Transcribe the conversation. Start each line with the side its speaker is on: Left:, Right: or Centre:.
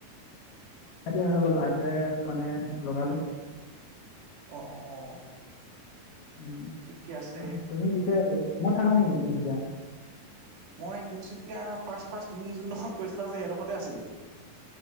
Left: আই টি আইৰ হৈ গ'ল আই টি আই মানে লগালো।
Right: অ', অ', অ'
Left: উম'
Right: ঠিকে আছে
Left: তুমি পিছে ৰুমত থাকা নেকি তিনিচুকীয়া?
Right: মই তিনচুকীয়া ফাৰ্ষ্ট ফাৰ্ষ্ট তুমি যোনডোখৰত কৈছিলা যে সেইডোখৰতে আছিলো।